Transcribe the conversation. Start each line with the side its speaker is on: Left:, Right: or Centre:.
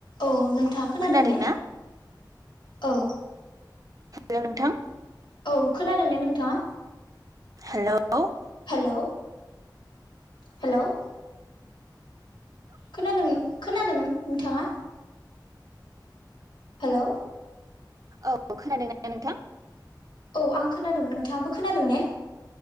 Left: औ नोंथाङा खोना?
Right: खोनादोंना
Left: नों ने औ
Right: नोंथां
Left: औ खोनादों ने नोंथाङा?
Right: हेल'
Left: हेल' हेल' खोनादों खोनादों नोंथाङा? हेल'
Right: औ खोनादों ना नोंथां?
Left: औ आं खोनादों नोंथाङाबो खोनादों ने?